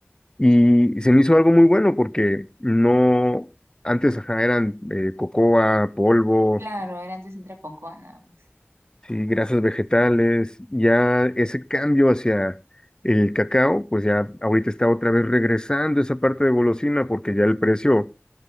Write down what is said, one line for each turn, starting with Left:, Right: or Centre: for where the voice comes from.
Left: Y se me hizo algo muy bueno porque no, antes ajá, eran eh, cocoa, polvo,
Right: Claro, era antes entra cocoa nada más.
Left: sí, grasas vegetales, ya ese cambio hacia el cacao, pues ya ahorita está otra vez regresando esa parte de golosina porque ya el precio